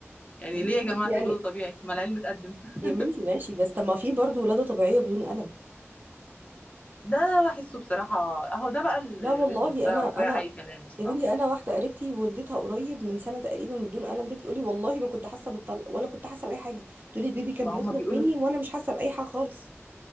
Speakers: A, on the left; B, on the right.
A: يعني
B: <laughs>
A: ليه يا جماعه تولدوا
B: يعني
A: طبيعي ما العلم اتقدم <laughs>
B: يا بنتي ماشي بس طب ما في برضه ولادة طبيعية بدون ألم
A: ده بحسه بصراحه اهو ده بقى البيزنس
B: لا والله
A: بقى
B: أنا أنا
A: وباع اي كلام بصراحه
B: يا بنتي أنا واحدة قريبتي ولدتها قريب من سنة تقريبا بدون ألم دي بتقولي والله ما كنت حاسة بالطلق ولا كنت حاسة بأي حاجة تقولي البيبي كان
A: ما
B: بيخرج
A: هم بيقولوا
B: مني وأنا مش حاسة بأي حاجة خالص